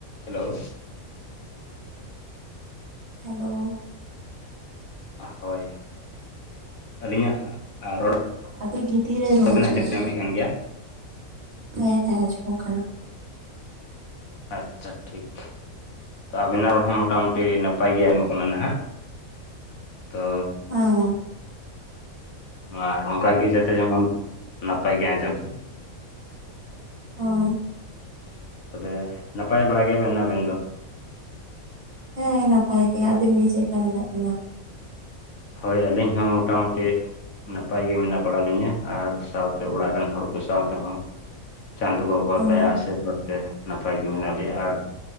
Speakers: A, on the left; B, on the right.
A: ᱦᱮᱞᱳ
B: ᱦᱮᱞᱳ
A: ᱦᱳᱭ ᱟᱹᱞᱤᱧᱟᱜ ᱟᱨ ᱨᱚᱲ
B: ᱟᱹᱰᱤ ᱵᱷᱤᱛᱤᱨ ᱨᱮ ᱨᱚᱲ
A: ᱵᱤᱱ
B: ᱟᱸᱡᱚᱢᱚᱜ
A: ᱟᱸᱡᱚᱢᱮᱫ
B: ᱠᱟᱱᱟ,
A: ᱠᱟᱱ ᱜᱮᱭᱟ
B: ᱦᱮᱸ ᱦᱮᱸ ᱟᱸᱡᱚᱢᱚᱜ ᱠᱟᱱᱟ᱾
A: ᱟᱪᱪᱷᱟ ᱴᱷᱤᱠ ᱛᱚ ᱟᱵᱤᱱᱟᱜ ᱨᱚᱲ ᱦᱚᱸ ᱢᱚᱴᱟᱢᱩᱴᱤ ᱱᱟᱯᱟᱭ ᱜᱮ ᱟᱸᱡᱚᱢᱚᱜ ᱠᱟᱱᱟ ᱱᱟᱦᱟᱜ ᱛᱚ᱾
B: ᱚ
A: ᱢᱟ ᱟᱨ ᱚᱱᱠᱟ ᱜᱮ ᱡᱟᱛᱮ ᱡᱮᱢᱚᱱ ᱱᱟᱯᱟᱭ ᱜᱮ ᱟᱸᱡᱚᱢ ᱡᱚᱜ
B: ᱦᱚᱭ
A: ᱛᱚᱵᱮ ᱱᱟᱯᱟᱭ ᱵᱟᱲᱟ ᱜᱮᱭᱟᱵᱤᱱ ᱟᱵᱤᱱ ᱫᱚ?
B: ᱦᱮᱸ ᱱᱟᱯᱟᱭ ᱜᱮᱭᱟ, ᱟᱹᱵᱤᱱ ᱜᱮ ᱪᱮᱜ ᱠᱟ ᱢᱮᱱᱟᱜ ᱵᱤᱱᱟ?
A: ᱦᱚᱭ ᱟᱹᱞᱤᱧ ᱦᱚᱸ ᱢᱚᱴᱟᱢᱩᱴᱤ ᱱᱟᱯᱟᱭ ᱜᱮ ᱢᱮᱱᱟᱜ ᱵᱟᱲᱟ ᱞᱤᱧᱟᱹ ᱟᱨ ᱥᱟᱶᱛᱮ ᱚᱲᱟᱜ ᱨᱮᱱ ᱦᱚᱲ ᱠᱚ ᱥᱟᱶᱛᱮ ᱦᱚᱸ᱾ ᱪᱟᱸᱫᱚ ᱵᱟᱵᱟ
B: ᱦᱮᱸ
A: ᱫᱟᱭᱟ ᱟᱹᱥᱤᱨᱵᱟᱫᱽ ᱛᱮ᱾ ᱱᱟᱯᱟᱭ ᱜᱮ ᱢᱮᱱᱟᱜ ᱞᱮᱭᱟ ᱟᱨ